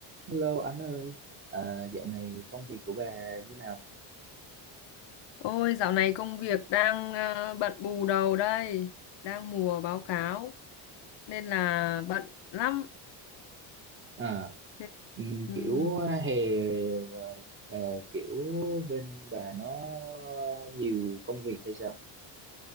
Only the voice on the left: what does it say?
Ôi, dạo này công việc đang ờ, bận bù đầu đây, đang mùa báo cáo nên là bận lắm.
Thế-
Ừ,